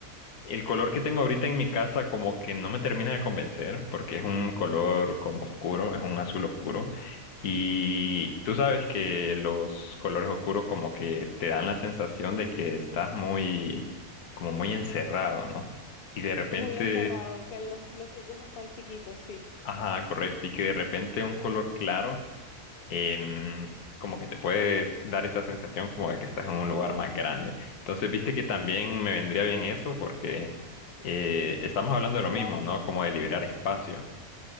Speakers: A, on the left; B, on the left.
A: el color que tengo ahorita en mi casa como que no me termina de convencer, porque es un color como oscuro, es un azul oscuro. Y tú sabes
B: Ok.
A: que los colores oscuros como que te dan la sensación de que estás muy, como muy encerrado, ¿no? Y de repente,
B: Muy encerrado, que los, los sitios están chiquitos, sí.
A: ajá, correcto, y que de repente un color claro em, como que te puedes dar esa sensación como de que estás en un lugar más grande. Entonces, viste que también me vendría bien eso porque eh, estamos hablando de lo mismo,
B: Claro,
A: ¿no? Como de liberar espacio.